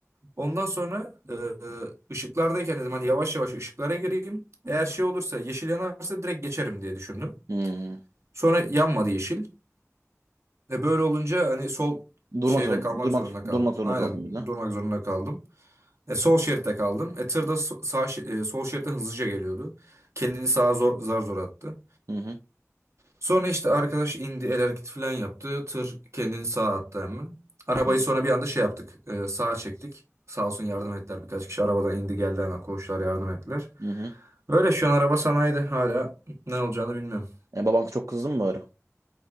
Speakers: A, on the right; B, on the right.
A: Ondan sonra e, e, ışıklardayken dedim hani yavaş yavaş ışıklara gireyim. Eğer şey olursa yeşil yanarsa direkt geçerim diye düşündüm.
B: hmm.
A: Sonra yanmadı yeşil. E böyle olunca hani sol şeyde
B: durmak zorunda
A: kalmak
B: durmak
A: zorunda kaldım.
B: durmak zorunda
A: Aynen
B: kaldın bir de.
A: durmak zorunda kaldım. E sol şeritte kaldım. E tır da so- sağ şe- e, sol şeritte hızlıca geliyordu. Kendini sağa zor, zar zor attı.
B: Hı hı.
A: Sonra işte arkadaş indi el hareketi falan yaptı. Tır kendini sağa attı hemen. Arabayı
B: Hı hı.
A: sonra bir anda şey yaptık. E, sağa çektik. Sağ olsun yardım ettiler. Birkaç kişi arabadan indi geldi hemen koçlar yardım ettiler.
B: Hı hı.
A: Böyle şu an araba sanayide hala ne olacağını bilmiyorum.
B: E, baban çok kızdı mı bari?